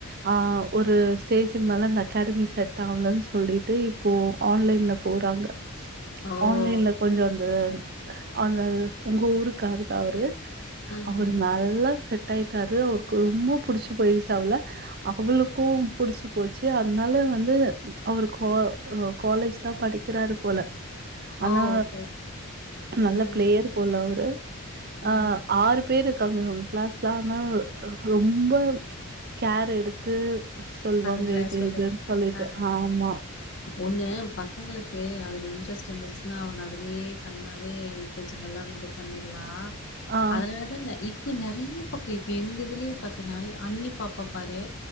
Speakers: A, on the right (about 45°); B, on the left (about 55°).
A: ஆ ஒரு ஸ்டேஜுக்கு மேல அந்த அகாடமி செட் ஆவலன்னு சொல்லிட்டு இப்போ ஆன்லைன்ல போறாங்க
B: ஓ
A: ஆன்லைன்ல
B: ஓகே
A: கொஞ்சோ அந்த அந்த உங்க ஊருக்காரு தா அவரு
B: ம்ஹும்
A: அவரு நல்லா செட்டாயிட்டாரு அவருக்கு ரொம்ப புடிச்சு போயிடுச்சு அவள அவுளுக்கோ புடிச்சு போச்சு அதனால வந்து அவரு கா காலேஜ் தா படிக்கிறாரு போல
B: ஓ
A: ஆனா
B: ஓகே ஓகே
A: நல்ல
B: ம்
A: பிளேயரு போல அவரு ஆ
B: ம்
A: ஆறு பேரு இருக்காங்கங்க அவுங்க கிளாஸ்ல ஆனா ரொம்போ கேர் எடுத்து சொல்வாங்க
B: பண்றே
A: இது
B: சொல்லி
A: இதுனு
B: தராங்க
A: சொல்லிட்டு
B: ஆ
A: ஆமா
B: ஒன்னு பசங்களுக்கு அதுல இன்ட்ரெஸ்ட்டு இருந்துச்சுன்னா அவுங்க அதுலயே பண்ணாவே கொஞ்சோ நல்லாமே இது பண்ணிறலா
A: ஆ,
B: அதனாலதா இப்ப நறீய பக்கோ இப்ப எங்க இதுலயே பாத்தோன்னா அண்ணி பாப்பா பாரு